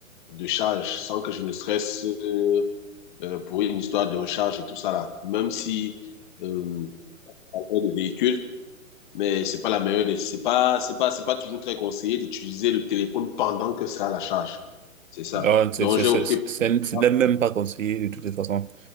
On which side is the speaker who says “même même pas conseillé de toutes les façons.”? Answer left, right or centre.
Right